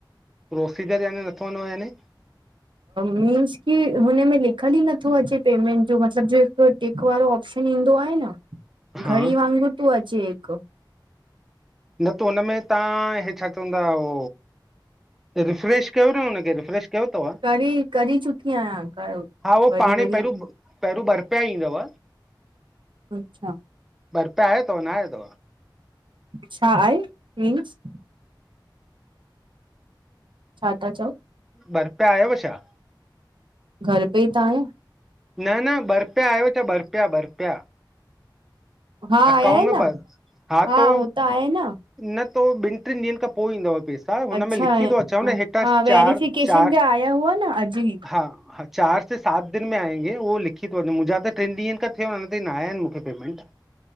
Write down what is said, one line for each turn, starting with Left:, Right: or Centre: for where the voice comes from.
Centre: प्रोसीजर याने नथो वधे याने
Right: मीन्स कि हुनमें लिखियल ई नथो अचे पेमेंट जो मतलबु जेको टिक वारो ऑपशन ईंदो आहे न,
Centre: हा
Right: घड़ी वांगुरु थो अचे हिकु।
Centre: न त हुनमें तव्हां ही छा चवंदा हो रिफ्रेश कयो न हुनखे रिफ्रेश कयो अथव
Right: करे करे चुकी आहियां घणो,
Centre: हा उहो
Right: वरी
Centre: पाणे
Right: वरी
Centre: पहिरियों पहिरियों ॿ रुपिया ईंदव।
Right: अच्छा
Centre: ॿ रुपिया आया थव, न आया अथव?
Right: छा आहे? मीन्स छा था चओ?
Centre: ॿ रुपिया आयव छा?
Right: घरु पे ई त आहियां।
Centre: न न ॿ रुपिया आहियव छा ॿ रुपिया, ॿ रुपिया?
Right: हा
Centre: अकाउंट
Right: आया आहिन
Centre: में
Right: न
Centre: ॿ, हा तो,
Right: हो त आहे न
Centre: न तो ॿिनि टिनि ॾींहंनि खां पोइ ईंदव पैसा। हा हुन
Right: अच्छा
Centre: में लिखी थो अचव न, हेठां
Right: हा वेरिफिकेशन
Centre: चार चार
Right: जा आया हुआ न अॼु ई
Centre: हा हा चारि से सात दिन में आएंगे, उहो लिखी थो अचे, मुुंहिंजा त टिनि ॾींहंनि खा थिया आहिनि। अञा ताईं न आया आहिनि मूंखे पेमेंट।